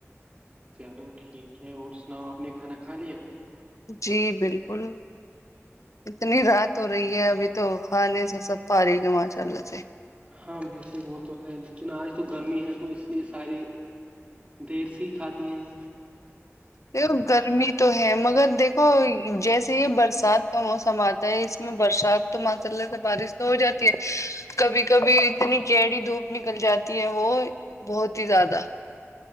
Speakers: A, on the right (about 25°); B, on the left (about 85°).
A: چلو ٹھیک ہے اور سناؤ آپ نے کھانا کھا لیا
B: جی بالکل اتنی رات ہو رہی ہے ابھی تو خان نہیں سا سب پ رہی ہے ماشاء اللہ سے
A: ہاں بے شک وہ تو ہے لیکن آج تو گرمی ہے تو اس لیے سارے دیر سے ہی کھاتے ہیں
B: دو گرمی تو ہے مگر دیکھو جیسے ہی برسات کا موسم آتا ہے اس میں برسات تو مسللہ سے بارش تو ہو جاتی ہے کبھی کبھی اتنی کیڑی دھوپ نکل جاتی ہے وہ بہت ہی زیادہ